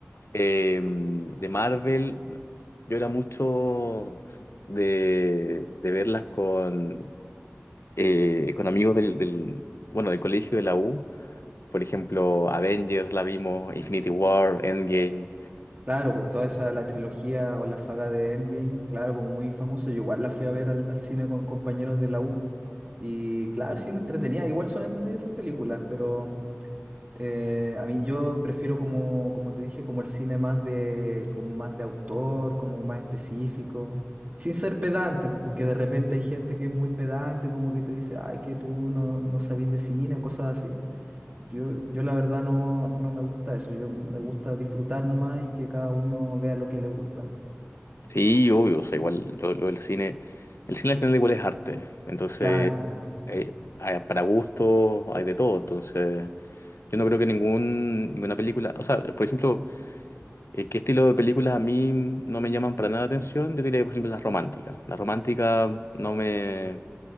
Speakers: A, on the left; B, on the right.
A: Eh, de Marvel, yo era mucho de, de verlas con, eh, con amigos del, del, bueno, del colegio de la U. Por ejemplo, Avengers la vimos, Infinity War, Endgame.
B: Claro, pues toda esa, la trilogía o la saga de Endgame, claro, como muy famosa, yo igual la fui a ver al, al cine con compañeros de la U. Y claro, sí, me entretenía. Igual son entretenidas esas películas, pero eh, a mí yo prefiero como, como te dije, como el cine más de, como más de autor, como más específico, sin ser pedante, pues, porque de repente hay gente que es muy pedante, como que te dice, ay, que tú no, no sabís de cine o cosas así. Yo, yo la verdad no, no me gusta eso. Yo me gusta disfrutar nomás y que cada uno vea lo que le gusta.
A: Sí, obvio, o sea, igual lo, lo del cine. El cine al final igual es arte. Entonces,
B: Claro,
A: eh, hay- para gustos hay de todo. Entonces, yo no creo que ningún, ninguna película, o sea, por ejemplo, Eh, ¿qué estilo de películas a mí no me llaman para nada la atención? Yo diría, por ejemplo, las románticas. Las románticas no me...